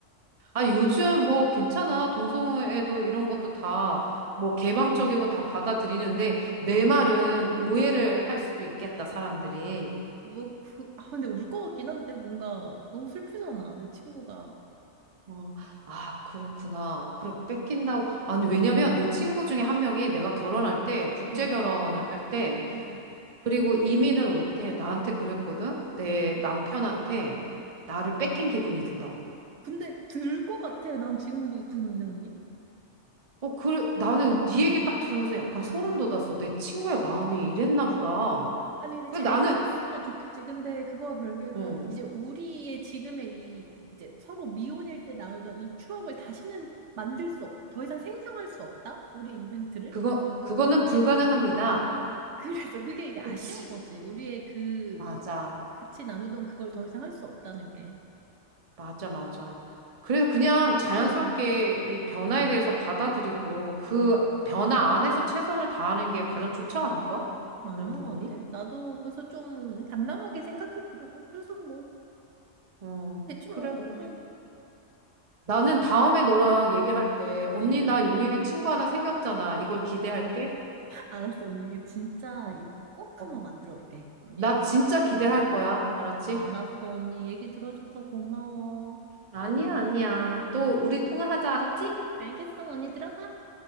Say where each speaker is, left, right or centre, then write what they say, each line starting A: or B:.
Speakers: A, on the right (about 35°); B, on the right (about 70°).
A: 아, 요즘 뭐 괜찮아. 동성애도 이런 것도 다 뭐 개방적이고 다 받아들이는데 내 말은
B: 응.
A: 오해를 할 수도 있겠다, 사람들이.
B: 아, 뭐, 그, 아, 근데 울 것 같긴 한데, 뭔가 너무 슬프잖아, 내 친구가.
A: 어, 아, 그렇구나. 그럼 뺏긴다고. 아니, 왜냐면 내 친구
B: 응.
A: 중에 한 명이 내가 결혼할 때, 국제
B: 어,
A: 결혼을 할 때,
B: 어, 어.
A: 그리고 이민을 올 때 나한테 그랬거든? 내
B: 뭐라고?
A: 남편한테 나를 뺏긴 기분이 든다고.
B: 근데 들 것 같아. 난 지금도 드는데, 언니?
A: 어, 그래. 나는 네 얘기 딱 들으면서 약간 소름 돋았어. 내 친구의 마음이 이랬나 보다.
B: 아니, 근데
A: 근데
B: 잘
A: 나는
B: 살았으면 좋겠지. 근데 그거와 별개로,
A: 어.
B: 이제 우리의 지금의 이, 이제 서로 미혼일 때 나누던 이 추억을 다시는 만들 수 없, 더 이상 생성할 수 없다? 우리의 이벤트를?
A: 그거, 그거는 불가능합니다.
B: 그래서 그게 이게 아쉬운
A: 그렇지.
B: 거지. 우리의 그
A: 맞아.
B: 같이 나누던 그걸 더 이상 할 수 없다는 게.
A: 맞아, 맞아. 그래서 그냥 자연스럽게 이 변화에 대해서 받아들이고 그
B: 응.
A: 변화 안에서 최선을 다하는 게 가장 좋지 않을까?
B: 맞는
A: 그런 부분이?
B: 것 같아. 나도 그래서 좀 담담하게 생각해 보려고. 그래서 뭐,
A: 어,
B: 되지
A: 그래,
B: 뭐.
A: 그래.
B: 응.
A: 나는 다음에 너랑 얘기할 때, 언니,
B: 어.
A: 나 용인에 친구 하나 생겼잖아. 이걸 기대할게.
B: 알았어, 언니. 이거 진짜
A: 어,
B: 이꼭
A: 어,
B: 한번 만들어 볼게. 언니
A: 나
B: 얘기,
A: 진짜 기대할 거야. 알았지?
B: 알았어, 언니. 얘기 들어줘서 고마워.
A: 아니야, 아니야. 또
B: 응.
A: 우리 통화하자. 알았지?
B: 알겠어, 언니. 들어가.